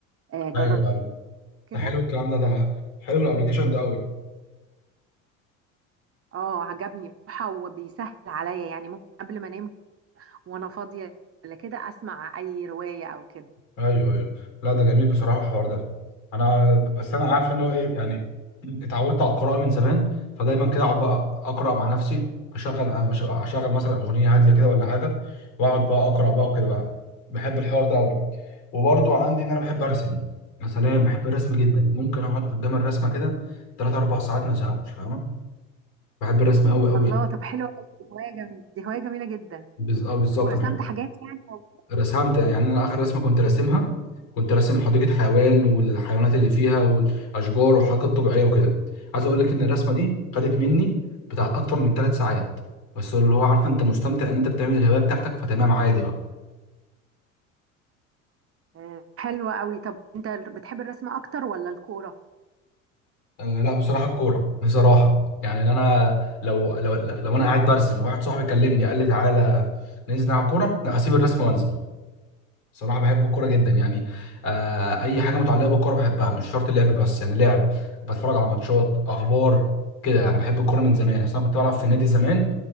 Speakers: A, on the right; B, on the left.
A: آه، جربت
B: ايوه
A: كده
B: ده حلو الكلام ده ده حلو الابلكيشن ده قوي
A: اه عجبني بصراحة وبيسهل عليا يعني ممكن قبل ما انام وانا فاضية ولا كده اسمع اي رواية او كده
B: ايوه ايوه لا ده جميل بصراحه الحوار ده انا بس انا عارف ان هو ايه يعني اتعودت على القراءه من زمان فدايما كده اقعد بقى اقرا مع نفسي اشغل اشغل مثلا اغنيه هاديه كده ولا حاجه واقعد بقى اقرا بقى وكده بقى بحب الحوار ده قوي وبرضو عندي ان انا بحب ارسم يا سلام بحب الرسم جدا ممكن اقعد قدام الرسمه كده 3 4 ساعات ما ازهقش فاهمه بحب الرسم قوي قوي
A: الله طب حلوة قوي دي هواية جميلة دي هواية جميلة جدا
B: بز... اه بالظبط
A: طب ورسمت
B: انا
A: حاجات يعني
B: رسمت يعني انا اخر رسمه كنت راسمها كنت راسم حديقه حيوان والحيوانات اللي فيها والاشجار وحاجات طبيعيه وكده عايز اقول لك ان الرسمه دي خدت مني بتاعت اكتر من ثلاث ساعات بس اللي هو عارفه انت مستمتع ان انت بتعمل الهوايه بتاعتك فتمام عادي بقى
A: آه، حلوة قوي طب انت بتحب الرسم اكتر ولا الكورة
B: أه لا بصراحه الكوره بصراحه يعني إن انا لو لو لو انا قاعد برسم واحد صاحبي كلمني قال لي تعالى ننزل نلعب كوره لا هسيب الرسم وانزل صراحة بحب الكورة جدا يعني آه أي حاجة متعلقة بالكورة بحبها مش شرط اللعب بس يعني لعب بتفرج على ماتشات أخبار كده يعني بحب الكورة من زمان أصل أنا كنت بلعب في النادي زمان